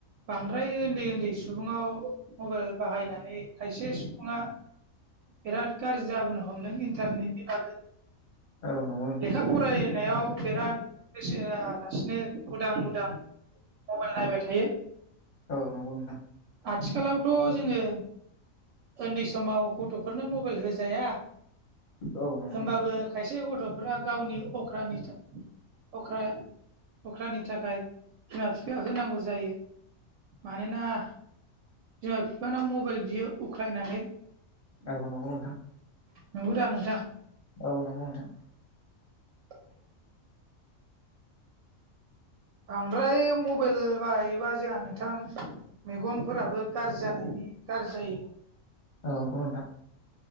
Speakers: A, on the right; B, on the left.
A: बांद्राय उन्दै उन्दै सुबुङाव मबाइल बाहायनानै खायसे सुबुङा बिराद गाज्रि जाबोनो हमदों इन्टारनेटनि बागै
B: औ नंगौ नोंथां
A: लेखा फरायनायाव बिराद गोसो होआलासिनो उदां उदां मबाइल नायबाय थायो
B: औ नंगौ नोंथां।
A: आथिखालावथ' जोङो उन्दै समाव गथ'फोरनो मबाइल होजाया।
B: औ नंगौ
A: होमबाबो
B: नोंथां
A: खायसे गथ'फोरा गावनि अख्रानि अख्रा अख्रानि थाखाय बिमा बिफाया होनांगौ जायो। मानोना बिमा बिफानाव मबाइल बियो अख्रायनानै
B: आरो नंगौ नोंथां
A: नंगौ दा नोंथां?
B: औ नंगौ नोंथां।
A: <inaudible> बांद्राय मबाइल बाहायोबा जोंहा नोंथां मेगनफोराबो गाज्रि जानायनि गाज्रि जायो
B: औ नंगौ नोंथां